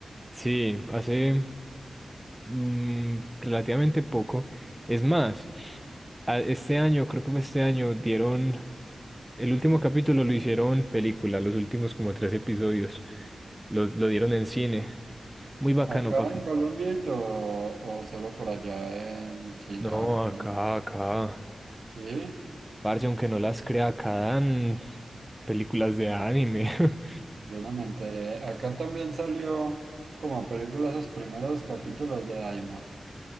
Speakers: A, in the centre; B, on the right (about 70°).
A: Sí, hace mm, relativamente poco. Es más, a- este año, creo que fue este año, dieron el último capítulo lo hicieron película, los últimos como tres episodios. Lo, lo dieron en cine. Muy bacano,
B: Acá
A: papi.
B: en Colombia y todo, o solo por allá en China,
A: No,
B: Japón.
A: acá, acá.
B: Sí,
A: Parce, aunque no las crea, acá dan películas de anime. <laughs>
B: yo no me enteré. Acá también salió como película los primeros capítulos de Daima.